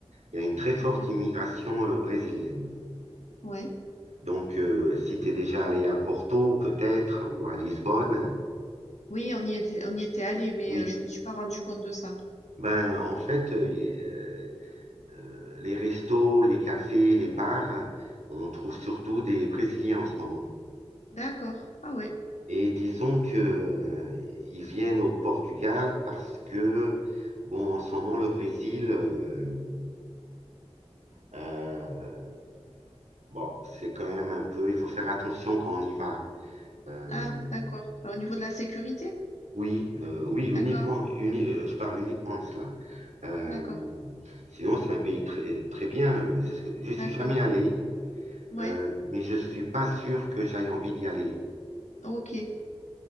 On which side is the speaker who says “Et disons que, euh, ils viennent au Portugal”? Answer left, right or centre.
Right